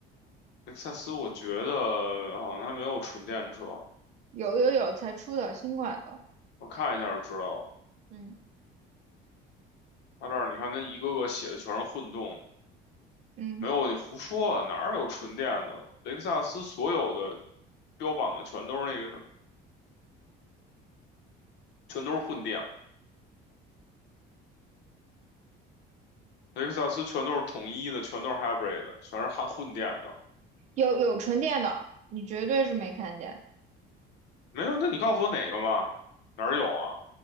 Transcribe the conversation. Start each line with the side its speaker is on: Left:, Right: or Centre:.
Left: 雷克萨斯我觉得好像它没有纯电车，
Right: 有有有才出的新款的，
Left: 我看一下就知道了。
Right: 嗯
Left: 它这儿你看，它一个个写的全是混动，
Right: 嗯，
Left: 没有你胡说啊哪儿有纯电的？雷克萨斯所有的标榜的全都是那个什么，全都是混电。雷克萨斯全都是统一的，全都是 hybrid 的全是含混电的。
Right: 有有纯电的，你绝对是没看见。
Left: 没有，那你告诉我哪个嘛？哪儿有啊？